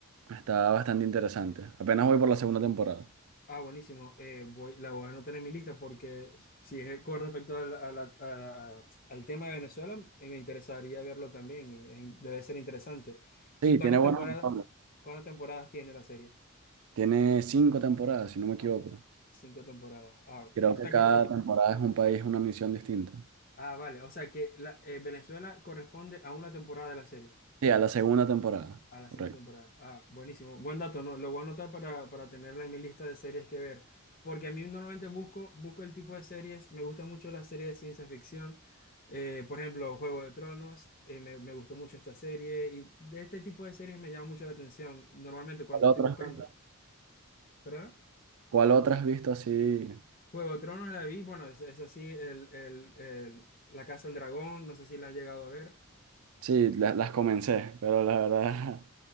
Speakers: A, on the right; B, on the left.
A: está bastante interesante. Apenas voy por la segunda temporada.
B: Ah, buenísimo. Eh, voy, la voy a anotar en mi lista porque si es con respecto a la- a la- a la- al tema de Venezuela, eh, me interesaría verlo también y es in- debe ser interesante. ¿Y
A: Sí,
B: cuántas
A: tiene buenos
B: temporadas,
A: actores.
B: cuántas temporadas tiene la serie?
A: Tiene cinco temporadas, si no me equivoco.
B: Ah, Cinco temporadas. Ah,
A: Creo
B: o
A: que
B: sea
A: cada
B: que te-
A: temporada es un país, una misión distinta.
B: ah, vale. O sea que la- eh, Venezuela corresponde a una temporada de la serie.
A: Sí, a la segunda temporada,
B: A la
A: correcto.
B: segunda temporada. Ah, buenísimo. Buen dato, ¿no? Lo voy a anotar para, para tenerla en mi lista de series que ver. Porque a mí normalmente busco, busco el tipo de series. Me gusta mucho las series de ciencia ficción. Eh, por ejemplo, Juego de Tronos. eh, me, me gustó mucho esta serie. Y de este tipo de series me llama mucho la atención. Normalmente cuando
A: ¿Cuál
B: estoy
A: otra
B: buscando.
A: has visto?
B: ¿Perdona?
A: ¿Cuál otra has visto así?
B: Juego de Tronos la vi, bueno, es, es así, el, el- el- La Casa del Dragón, no sé si la has llegado a ver.
A: Sí, la- las comencé, pero la verdad,